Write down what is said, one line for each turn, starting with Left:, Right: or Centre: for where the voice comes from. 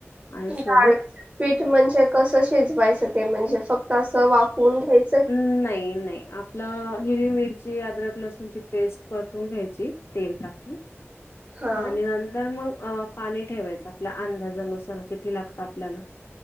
Left: आणि
Right: डाळीच
Left: सोबत
Right: पीठ म्हणजे कसं शिजवायचं ते म्हणजे फक्त असं वाफून घ्यायच?
Left: हम्म, नाही, नाही आपलं हिरवी, मिरची, आदरक, लसूणची पेस्ट परतून घ्यायची. तेल टाकून
Right: हा
Left: आणि नंतर मग अ पाणी ठेवायचं आपल्या अंदाजानुसार किती लागतं आपल्याला